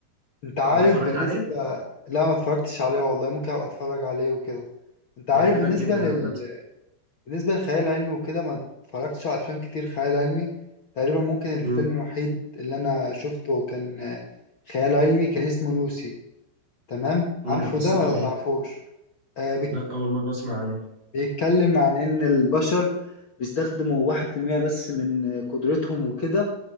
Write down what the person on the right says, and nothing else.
أنت اتفرجت
عليه؟
هيعجبك
جدا
عامة
مم.
مم.
ده قصته
إيه؟
لا أول مرة أسمع عنه